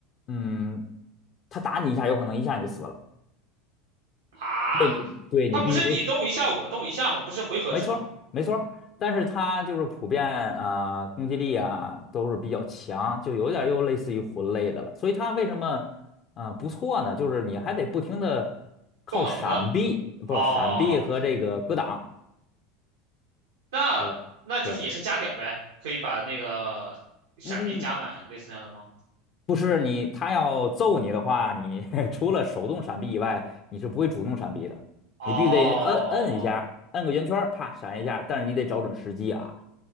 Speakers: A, on the left; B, on the right.
A: 嗯，他打你一下，有可能一下你就死了。
B: 啊，
A: 对你，对你必须得。
B: 他不是你动一下我动一下吗？不是回合制吗？
A: 没错儿，没错儿，但是它就是普遍啊、呃攻击力啊都是比较强，就有点儿又类似于魂类的了。所以它为什么呃不错呢？就是你还得不停的靠闪避，
B: 动脑子哦。
A: 不闪避和这个格挡。
B: 那那就是也是加点儿呗，
A: 对对，
B: 可以把那个闪避加满，
A: 嗯嗯，
B: 类似那样的吗？
A: 不是你，他要揍你的话，你 <laughs> 除了手动闪避以外，你是不会主动闪避的，
B: 哦
A: 你必须得摁摁一下，摁个圆圈儿啪闪一下，但是你得找准时机啊。